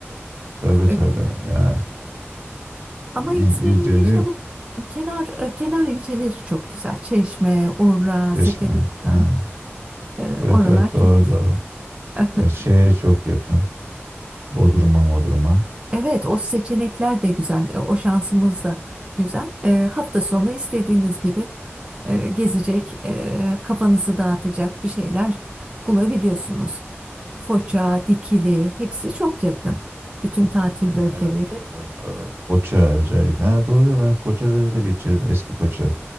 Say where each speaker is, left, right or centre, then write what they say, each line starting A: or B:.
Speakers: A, on the right; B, on the right.
A: Tabii
B: E,
A: tabii. Yani,
B: ama
A: İ-
B: İzmir'in
A: İ- dedim
B: de işte bu kenar e, kenar ilçeleri çok güzel. Çeşme, Urla,
A: Çeşme.
B: Seferihisar,
A: Ha.
B: e,
A: Evet
B: oralar
A: evet doğru
B: çok güzel.
A: doğru.
B: <laughs>
A: E, Şeye çok yakın. Bodrum'a, Bodrum'a.
B: Evet, o seçenekler de güzel, e, o şansımız da güzel. E, hafta sonu istediğiniz gibi e, gezecek, e, kafanızı dağıtacak bir şeyler bulabiliyorsunuz. Foça, Dikili, hepsi çok yakın. Bütün tatil bölgeleri.
A: Ha, Evet doğru doğru. Foça özellikle. Ha, doğru ya, ben Foça'da da geçirdim. Eski Foça.